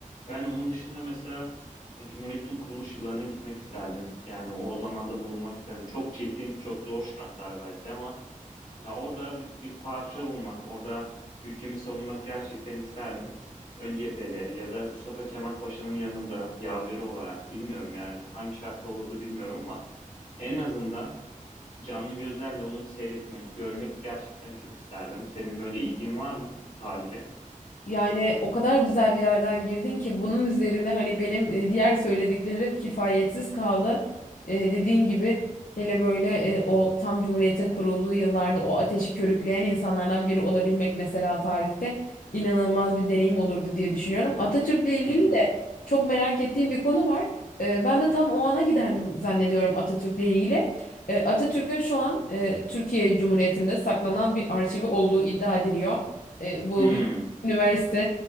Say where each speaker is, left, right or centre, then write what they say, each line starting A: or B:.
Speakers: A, on the left; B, on the left.
A: Ben onun dışında mesela e, Cumhuriyet'in kuruluş yıllarına gitmek isterdim. Yani o zamanda bulunmak isterdim. Çok çetin, çok zor şartlar belki ama Ya orada bi- bir parça olmak, orada ülkemi savunmak gerçekten isterdim. Ön cephede ya da Mustafa Kemal Paşa'nın yanında yaveri olarak bilmiyorum yani hangi şartta olurdu bilmiyorum ama en azından canlı gözlerle onu seyretmek, görmek gerçekten çok isterdim. Senin böyle ilgin var mı tarihe?
B: Yani o kadar güzel bir yerden girdin ki bunun üzerine hani benim e, diğer söylediklerim kifayetsiz kaldı. E, dediğin gibi hele böyle e, o tam Cumhuriyet'in kurulduğu yıllarda o ateşi körükleyen insanlardan biri olabilmek mesela tarihte inanılmaz bir deneyim olurdu diye düşünüyorum. Atatürk'le ilgili
A: Hı hı.
B: de çok merak ettiğim bir konu var. E, ben de tam o ana giderdim zannediyorum Atatürk'le ilgili. E, Atatürk'ün şu an e, Türkiye Cumhuriyeti'nde saklanan bir arşivi olduğu iddia ediliyor. E, bu
A: Hmm.
B: Üniversite